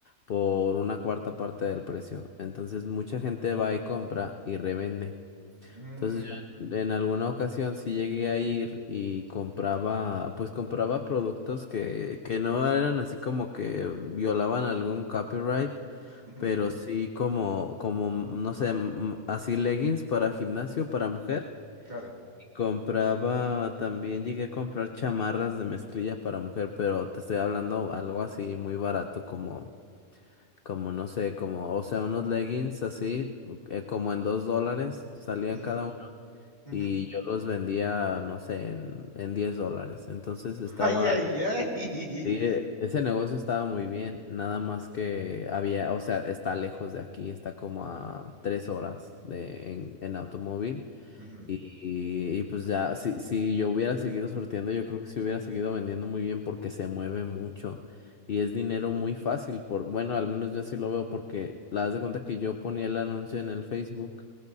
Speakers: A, on the left (about 55°); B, on the right (about 30°).
A: por una cuarta parte del precio. Entonces mucha gente va y compra y revende.
B: mm,
A: Entonces yo en, en alguna ocasión sí llegué a ir y compraba, pues compraba productos que, que no eran así como que violaban algún copyright.
B: ujú,
A: Pero sí como, como, no sé, m- así leggings para gimnasio, para mujer
B: Claro.
A: Compraba, también llegué a comprar chamarras de mezclilla para mujer, pero te estoy hablando algo así muy barato como, como no sé, como, o sea, unos leggings así, eh, como en dos dólares salían
B: ujú,
A: cada uno
B: ujú.
A: y yo los vendía, no sé, en, en diez dólares. Entonces estaba,
B: Ay, ay,
A: sí,
B: ay.
A: eh, ese negocio estaba muy bien, nada más que había, o sea, está lejos de aquí, está como a tres horas de, en, en automóvil.
B: <laughs> Ujú.
A: Y, y pues ya, si, si yo hubiera seguido sorteando, yo creo que sí hubiera seguido vendiendo muy bien porque se mueve mucho y es dinero muy fácil por, bueno, al menos yo así lo veo porque la das de cuenta que yo ponía el anuncio en el Facebook